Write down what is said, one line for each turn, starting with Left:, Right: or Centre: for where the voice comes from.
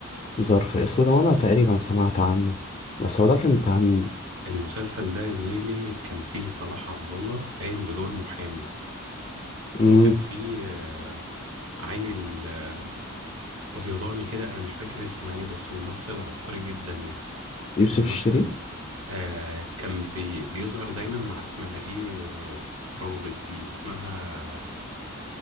Left: ظرف اسود وانا تقريبا سمعت عنه بس هو ده كان بتاع مين
Right: المسلسل ده يا زميلي كان فيه صلاح عبد الله قايم بدور محامي
Left: امم
Right: وكان في آه، عيل آه، ابيضاني كده انا مش فاكر اسمه يعني بس ممثل عبقري جدا يعني
Left: يوسف
Right: ممثل
Left: الشريف
Right: آه كان بي بيظهر دايما مع اسمها ايه راغد دي اسمها